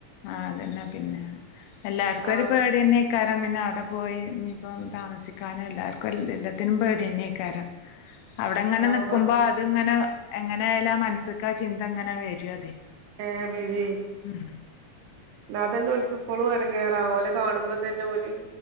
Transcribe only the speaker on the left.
ആഹ് അതന്നെ പിന്നെ എല്ലാർക്കൊരു
പേ പേട്യന്നെക്കാരം പിന്നെ അവിടെ പോയി ഇഞ്ഞിപ്പം താമസിക്കാനും എല്ലാര്ക്കും എല്ലത്തിനും പേടിയെന്നെക്കാരം
അവിടെങ്ങനെ
ന്നിക്കുമ്പോ അത്ങ്ങനെ എങ്ങനായാലും ആ മൻസ്ക്കാ ചിന്തങ്ങനെ വെരുഅതെയ്
ഉം